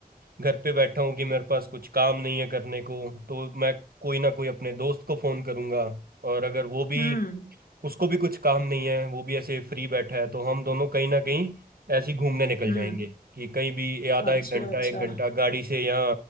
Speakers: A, on the right; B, on the left.
A: घर पे बैठा हूँ कि मेरे पास कुछ काम नहीं है करने को तो मैं कोई ना कोई अपने दोस्त को फोन करूंगा और अगर वो भी
B: हम्म
A: उसको भी कुछ काम नहीं है वो भी ऐसे फ्री बैठा है तो हम दोनों कहीं ना कहीं ऐसे ही घूमने निकल
B: हम्म
A: जाएंगे कि कहीं भी ये आधा
B: अच्छा
A: एक घंटा
B: अच्छा
A: एक घंटा गाड़ी से या